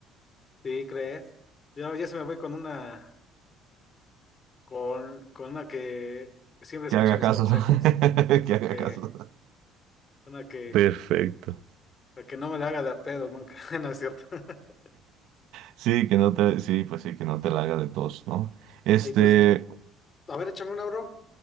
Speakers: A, on the left; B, on the right.
A: ¿Sí crees? Yo ya se me voy con una, con, con una que siempre
B: Que
A: escuche
B: haga
A: mis
B: caso.
A: consejos.
B: <laughs> Que haga
A: Sí,
B: caso. <laughs>
A: una que,
B: Perfecto.
A: la que no me la haga de a pedo nunca, <laughs> ¿no es cierto? <laughs>
B: Sí, que no te, sí, pues sí, que no te la haga de tos, ¿no? Este.
A: Y pues, a ver, échame una, bro.